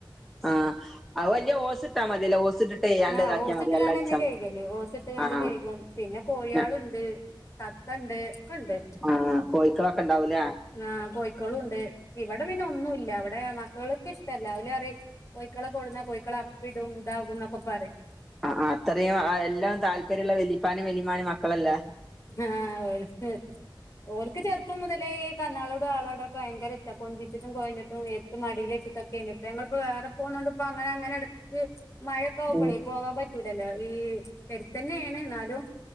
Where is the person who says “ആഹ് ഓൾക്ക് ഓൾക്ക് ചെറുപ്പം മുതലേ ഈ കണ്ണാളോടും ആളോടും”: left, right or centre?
Left